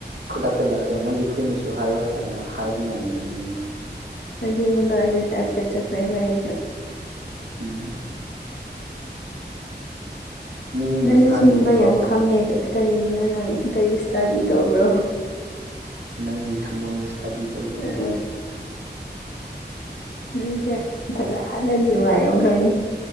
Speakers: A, on the right (about 75°); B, on the left (about 75°).
A: ꯈꯨꯗꯛꯇ ꯂꯥꯛꯑꯒ ꯅꯪꯒꯤ ꯐꯨꯔꯤ ꯃꯆꯨ ꯍꯥꯏꯌꯣ ꯍꯥꯏ ꯀꯥꯟꯗ ꯍꯥꯏꯕ ꯉꯝꯗꯕꯅꯦꯕ꯫
B: ꯑꯗꯨꯅꯦꯕ ꯑꯗꯨ ꯇꯥꯏꯞꯇ ꯆꯠꯈ꯭ꯔꯦꯕ ꯑꯩꯁꯨ꯫
A: ꯎꯝ ꯃꯤ ꯃꯁꯥꯒꯤ
B: ꯅꯪꯁꯦ ꯁꯤꯒꯨꯝꯕ
A: ꯃꯤꯡꯐꯥꯎ
B: ꯌꯥꯝ
A: ꯀꯥꯎꯋꯦ
B: ꯈꯪꯉꯦ ꯀꯔꯤꯒꯤꯅꯣ ꯅꯪ ꯀꯔꯤ ꯏꯁꯇꯗꯤ ꯇꯧꯕ꯭ꯔꯣ
A: ꯅꯪꯒꯤ ꯊꯝꯃꯣꯏꯕꯨ ꯏꯁꯇꯗꯤ ꯇꯧꯕ
B: ꯎ ꯅꯪꯁꯦ ꯐꯖꯅꯗꯤ ꯅꯨꯡꯉꯥꯏꯔꯝꯈ꯭ꯔꯅꯤ